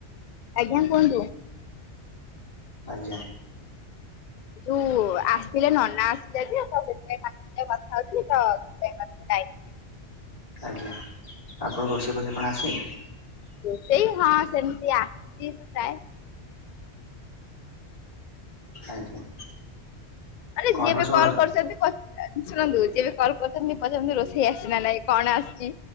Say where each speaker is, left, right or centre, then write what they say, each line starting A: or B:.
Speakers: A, on the left; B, on the left.
A: ଆଜ୍ଞା କହନ୍ତୁ।
B: ଆଜ୍ଞା।
A: ଯୋଉ ଆସଥିଲେ ନନା ଆସିଲେ ଯେ ତ ସେଥିପାଇଁ ତାଙ୍କ ସାଙ୍ଗେ କଥା ହୋଉଥିଲି ତ ସେ ଯାଇନି <inaudible>
B: ଆଜ୍ଞା ଆପଣ ରୋଷେଇ ଫୋଷେଇ କଣ ଆସେ।
A: ସେଇ ହଁ ସେମିତି ଆସିଛି ପ୍ରାଏ।
B: ଆଜ୍ଞା।
A: ଆରେ
B: କଣ
A: ଯିଏ
B: କଣ
A: ବି
B: ସବୁ
A: କଲ୍ କରୁଛନ୍ତି କୋହୁ ଶୁଣନ୍ତୁ ଯିଏ ବି କଲ୍ କରୁଚନ୍ତି ପଚାରୁଛନ୍ତି ରୋଷେଇ ଆସିଚି ନା ନାଇଁ କଣ ଆସିଛି